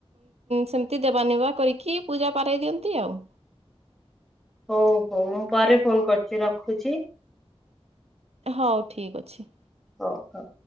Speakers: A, on the right; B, in the centre.
A: ସେମିତି ଦେବା ନେବା କରିକି ପୂଜା ପାରେଇ ଦିଅନ୍ତି ଆଉ।
B: ହଉ ହଉ ମୁଁ ପରେ ଫୋନ କରୁଚି ରଖୁଚି।
A: ହଉ ଠିକ୍ ଅଛି।
B: ଓ ହ।